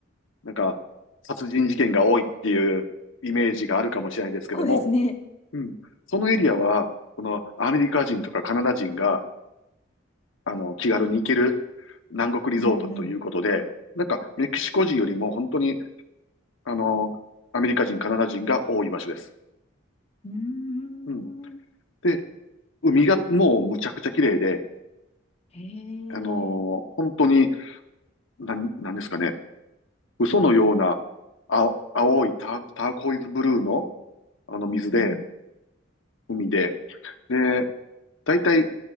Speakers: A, on the left; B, on the left.
A: なんか、殺人事件が多いっていうイメージがあるかもしれないですけども、
B: こうですね。
A: うん。そのエリアは、このアメリカ人とかカナダ人が、あの、気軽に行ける南国リゾートということで、
B: うん
A: なんか、メキシコ人よりも本当に、あの、アメリカ人、カナダ人が多い場所です。
B: うん。うーん。
A: うん。で、海がもうむちゃくちゃ綺麗で、
B: へえ。
A: あのー本当に、なん、なんですかね、嘘のような青、青いター、ターコイズブルーの、あの水で、
B: うんうん。
A: 海で、で、だいたい